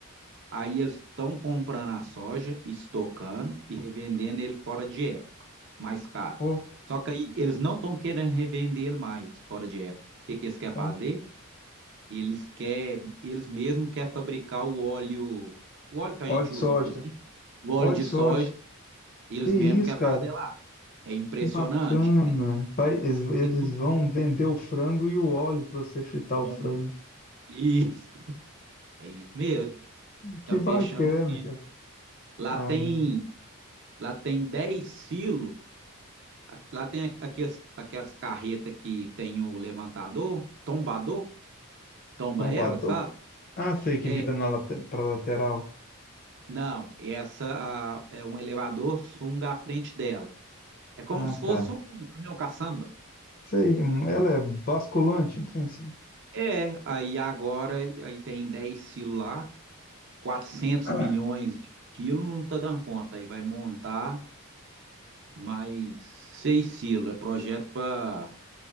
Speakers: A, on the right; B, on the left.
A: Aí eles estão comprando a soja, estocando e revendendo ele fora de época, mais caro.
B: Ó,
A: Só que aí eles não estão querendo revender ele mais fora de época. O que que eles querem
B: ó,
A: fazer? E eles quer, eles mesmos querem fabricar o óleo, o óleo que a
B: óleo
A: gente
B: de
A: usa
B: soja.
A: em cozinha, o óleo
B: Óleo
A: de
B: de soja.
A: soja, eles
B: Que isso,
A: mesmos querem
B: cara?
A: fazer lá. É impressionante.
B: Que bacana.
A: Eles,
B: Vai, eles, eles
A: eles não
B: vão vender o frango e o óleo para você fritar
A: vão.
B: o frango.
A: <laughs> Isso, é isso mesmo.
B: Que
A: Tá
B: bacana,
A: fechando o silo.
B: cara.
A: Lá
B: Ah,
A: tem,
B: não.
A: lá tem 10 silos. A- Lá tem aqu- aquelas, aquelas carretas que tem o levantador, tombador, tomba
B: Tombador?
A: ela, sabe?
B: Ah, sei que
A: É,
B: vira na late, pra lateral.
A: não, essa a- é um elevador sunga à frente dela. É como
B: Ah,
A: se fosse
B: tá.
A: um caminhão caçamba.
B: Sei, hum, ela é basculante, um trem assim.
A: É, aí agora aí tem 10 silos lá, quatrocentos
B: Ah,
A: milhões de quilos, não tá dando conta. Aí vai montar mais 6 silos. É projeto para.